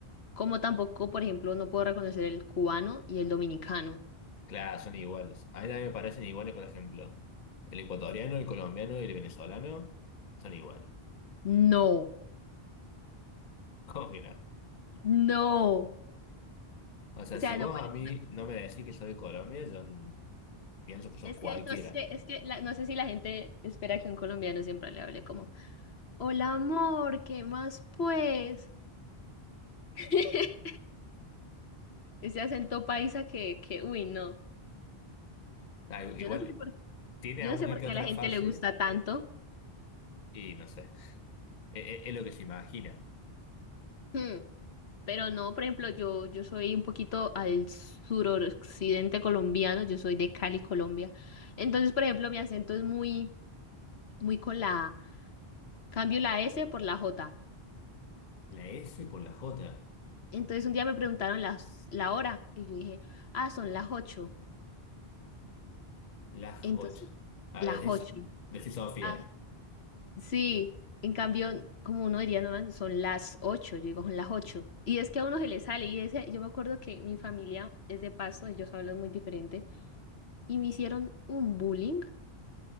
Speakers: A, on the left (about 80°); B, on the left (about 50°).
A: Como tampoco, por ejemplo, no puedo reconocer el cubano y el dominicano.
B: Claro, son iguales. A mí también me parecen iguales, por ejemplo, el ecuatoriano, el colombiano y el venezolano son iguales.
A: No,
B: <laughs> ¿Cómo que no?
A: no.
B: O sea,
A: O sea,
B: si vos
A: no puede-
B: a mí
A: no-
B: no me decís que soy de Colombia, yo n- pienso que sos
A: Es
B: cualquiera.
A: que no sé, es que la- no sé si la gente espera que un colombiano siempre le hable como, hola amor, ¿qué más pues? <laughs> Ese acento paisa que, que, uy, no.
B: Ah, igual
A: Yo no sé por,
B: Tiene
A: yo
B: a
A: no
B: una
A: sé por
B: que
A: qué
B: otra
A: a la gente
B: fase
A: le gusta tanto.
B: y no sé. E- e- Es, lo que se imagina.
A: Hmm. Pero no, por ejemplo, yo, yo soy un poquito al suroccidente colombiano, yo soy de Cali, Colombia. Entonces, por ejemplo, mi acento es muy, muy con la A. Cambio la S por la J.
B: La S por la J.
A: Entonces un día me preguntaron las- la hora y yo dije, ah, son las ocho.
B: Las
A: Entonces,
B: 8. A
A: las
B: ver, decís,
A: ocho.
B: decís Sofía.
A: Ah, Sí, en cambio, como uno diría, no, man, son las ocho, yo digo, son las ocho. Y es que a uno se le sale, y ese, yo me acuerdo que mi familia es de Pasto, ellos hablan muy diferente, y me hicieron un bullying.